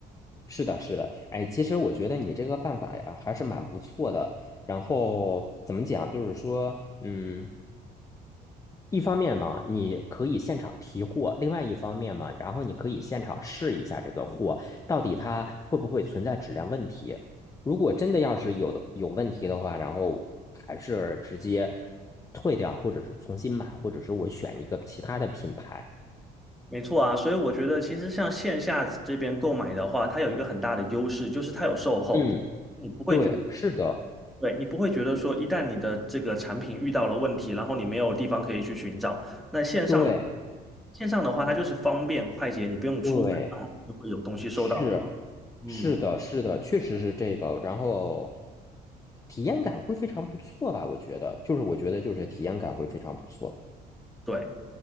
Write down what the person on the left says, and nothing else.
是的，是的。哎，其实我觉得你这个办法呀还是蛮不错的。然后怎么讲，就是说，嗯。一方面嘛，你可以现场提货；另外一方面嘛，然后你可以现场试一下这个货到底它会不会存在质量问题。如果真的要是有的有问题的话，然后还是直接退掉，或者是重新买，或者是我选一个其他的品牌。
嗯，
对，是的，
对
对，
是
是的，是的，确实是这个。然后体验感会非常不错吧？我觉得，就是我觉得就是体验感会非常不错。